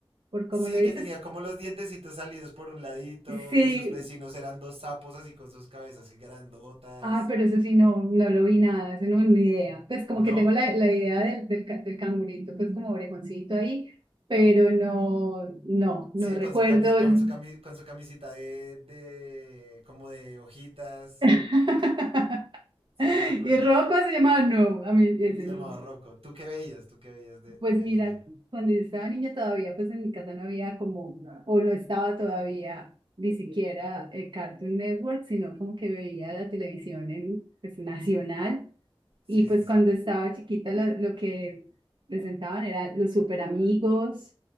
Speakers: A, on the right; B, on the right.
A: por cómo
B: Sí,
A: lo dices.
B: que tenía como los dientecitos salidos por un ladito,
A: Sí,
B: que sus vecinos eran dos sapos así con sus cabezas grandotas.
A: Ah, pero eso sí, no, no lo vi nada, eso no, ni idea. Pues como
B: ¿No?
A: que tengo la, la idea del, del, ca- del cangurito, pues como orejoncito ahí, pero no, no, no
B: Sí,
A: recuerdo.
B: con su camis, con
A: el-
B: su camis, con su camisita de, de como de hojitas,
A: <laughs>
B: si lo recuerdas.
A: Y Rocco se llamaba, no, a mí ese
B: Se
A: no.
B: llamaba Rocco. ¿Tú qué veías? ¿Tú qué veías de,
A: Pues
B: de
A: mira,
B: niña?
A: cuando yo estaba niña todavía, pues en mi casa no había como, o no estaba todavía ni siquiera eh, Cartoon Network, sino como que veía la televisión en, pues, nacional.
B: Sí,
A: Y pues
B: sí, sí.
A: cuando estaba chiquita lo, lo que presentaban eran los super amigos,